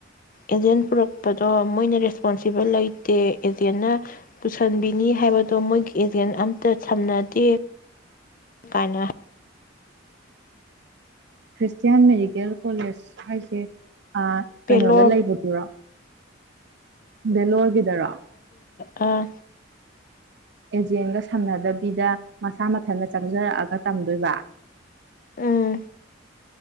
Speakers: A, on the left; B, on the right.
A: ꯑꯦꯖꯦꯟ ꯄꯨꯔꯛꯄꯗꯣ ꯃꯣꯏꯅ ꯔꯦꯁꯄꯣꯟꯁꯤꯕꯜ ꯂꯩꯇꯦ ꯑꯦꯖꯦꯟꯅ ꯄꯨꯁꯟꯕꯤꯅꯤ ꯍꯥꯏꯕꯗꯣ ꯃꯣꯏꯒꯤ ꯑꯦꯖꯦꯟ ꯑꯝꯇ ꯁꯝꯅꯗꯦ ꯀꯥꯏꯅ꯫
B: ꯈ꯭ꯔꯤꯁꯇꯤꯌꯟ ꯃꯦꯗꯤꯀꯦꯜ ꯀꯣꯂꯦꯖ ꯍꯥꯏꯁꯦ ꯑ
A: ꯄꯦꯂꯣꯔ
B: ꯀꯩꯅꯣꯗ ꯂꯩꯕꯗꯨꯔꯣ ꯕꯦꯂꯣꯔꯒꯤꯗꯔ
A: ꯑꯥ
B: ꯑꯦꯖꯦꯟꯒ ꯁꯥꯅꯗꯕꯤꯗ ꯃꯁꯥ ꯃꯊꯟꯇ ꯆꯪꯖꯔꯛꯑꯒ ꯇꯝꯗꯣꯏꯕ
A: ꯎꯝ